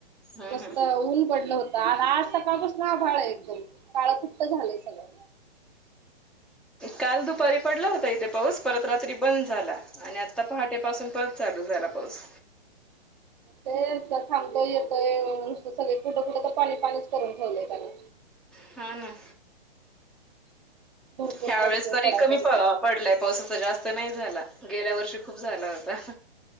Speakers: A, in the centre; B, on the right.
A: हम्म
B: मस्त
A: हम्म
B: ऊन पडलं होत. आज सकाळपासून आभाळ आहे. एकदम काळं कुट झालंय सगळ.
A: काल दुपारी पडला होता इथे पाऊस परत रात्री बंद झाला. आणि आता पहाटे.... ते पासून
B: अच्छा.
A: परत चालू झाला पाऊस.
B: ते थांबतोय येतोय नुसतं सगळे कुठं- कुठं तर पाणी- पाणीच करून ठेवलंय त्यान.
A: हा.. ना..
B: भरपूर
A: ह्या
B: पडतोय
A: वेळेस तरी
B: पडायचा
A: कमी
B: तिथं.
A: पळ... पडलाय पावस जास्त नाही झाला. गेल्या वर्षी खूप झाला होता.